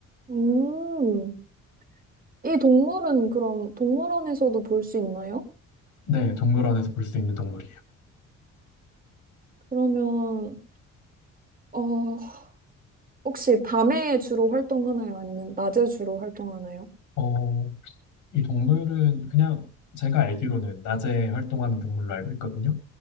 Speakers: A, on the right; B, on the left.
A: 음, 이 동물은 그럼 동물원에서도 볼 수 있나요?
B: 네, 동물원에서 볼 수 있는 동물이에요.
A: 그러면, 어, 혹시 밤에 주로 활동하나요? 아니면 낮에 주로 활동하나요?
B: 어, 이 동물은 그냥 제가 알기로는 낮에 활동하는 동물로 알고 있거든요.